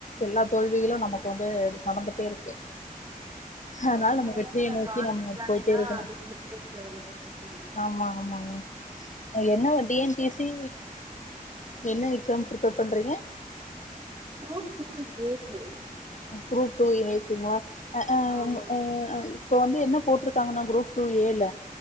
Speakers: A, on the left (about 55°); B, on the right (about 25°).
A: எல்லா தோல்விகளு நமக்கு வந்து நடந்துட்டே இருக்கு அதனால
B: அதனாலதாங்க
A: நம்ம வெற்றிய
B: நா
A: நோக்கி
B: கான்சன்ட்ரேஷனா
A: நம்ம போயிட்டே இருக்கணு
B: அதுக்குள்ளயே இருக்கிறது ம்
A: ஆமா ஆமாங்க என்ன இப்ப T N P S C என்ன எக்ஸாம் பிரிப்பேர் பண்றீங்க
B: குரூப் டூ ஏக்கு
A: குப்ரூப் டூ ஏக்குங்களா அ அ
B: ஆமா
A: உம் ஆ ஆ இப்போ வந்து என்ன போட்ருக்காங்கன்னா குரூப் டூ ஏல